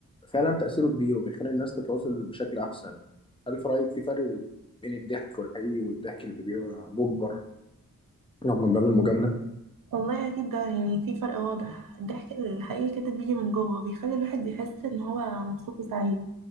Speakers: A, on the left; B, on the right.
A: فعلا تاثيره كبير وبيخلي الناس تتواصل بشكل احسن هل في رايك في فرق بين الضحك والحقيقي والضحك اللي بيبقى مجبر لو من باب المجامله
B: والله اكيد ده يعني في فرق واضح الضحك الحقيقي كده بيجي من جوه بيخلي الواحد يحس ان هو مبسوط وسعيد